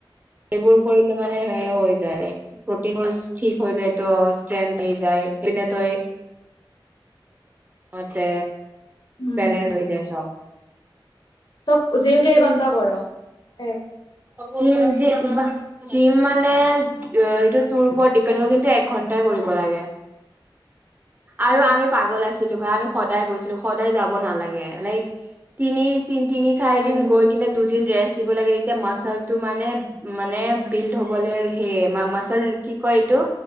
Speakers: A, on the right; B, on the left.
A: সেইবোৰ কৰিলে মানে সেই হৈ যায় ল প্ৰটিনোৰ ঠিক হৈ যায় তো ষ্ট্ৰেং যায় বিনে তই মতে
B: উম
A: বেলেন্ঞ্চ হৈ যায় চব।
B: ত জিম কেই ঘণ্টা কৰ? এক
A: জিম জিম জিম মানে সেইটো তোৰ ওপৰত ডিপেণ্ড কৰে, কিন্তু এক ঘন্টাই কৰিব লাগে। আৰু
B: অ
A: আমি পাগল আছিলো বা আমি সদায় গৈছিলো সদায় যাব নালাগে লাইক তিনি তিনি চাৰি
B: হয়
A: দিন
B: নেকি
A: গৈ কিনে দুদিন ৰেষ্ট দিব লাগে। এতিয়া মচলটো মানে মানে বিল্ড হবলৈ সেয়ে মাচল কি কয় এইটো